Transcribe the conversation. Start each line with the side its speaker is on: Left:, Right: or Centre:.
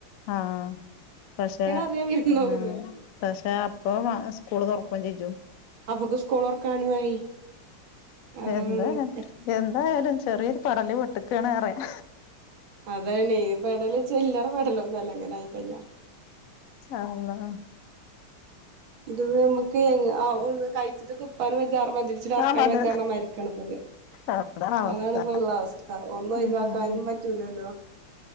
Left: ആഹ പക്ഷെ
Right: അറിയാം വിരുന്നോവുന്ന്
Left: ഉ പക്ഷെ അപ്പൊ സ്കൂള് തുറക്ക കൊഞ്ചേ ജോ
Right: അപ്പൊക്ക് സ്കോളർക്കാനു ആയി അതാണ്
Left: എന്താ എന്ത ആാലും ചെറിയൊരു പടല് പൊട്ടക്കാണ് അറയാ
Right: അതാണ്പ്പ ഇടൽ ചില്ലറ മെടലൊന്നും അല്ലങ്ങനെ ആയിക്കഞ്ഞ
Left: അള്ളാ
Right: ഇത് നമുക്ക് കഴിച്ചിട്ട് തുപ്പാൻ വെചാറ മതി തിരിച്ചിടറക്കാൻ
Left: ആഹ് മത
Right: വചാരണം മരിക്കണ ഇത്
Left: അതാണ് അവസ്ഥ
Right: അതണിപ്പോ ഉള്ള അവസ്ഥ ഒന്നും ഒഴിവാക്കാനും
Left: ഉം ഉം
Right: പറ്റൂലല്ലോ